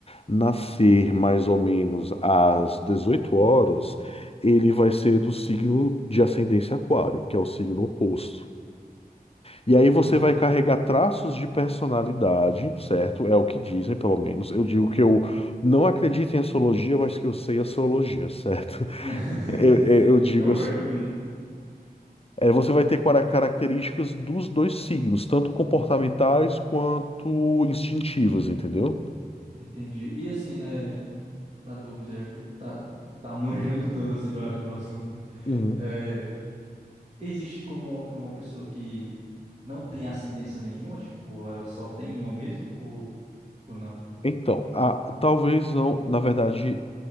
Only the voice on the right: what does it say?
Ah.
<laughs>
Sim,
tô
vendo aí.
Entendi. E assim, é, pra dúvida, já que tu tá, tá manjando tanto assim do, a- do assunto, né?
É, existe como uma pessoa que não tem ascendência nenhuma, tipo, ela só tem uma mesmo, ou, ou não?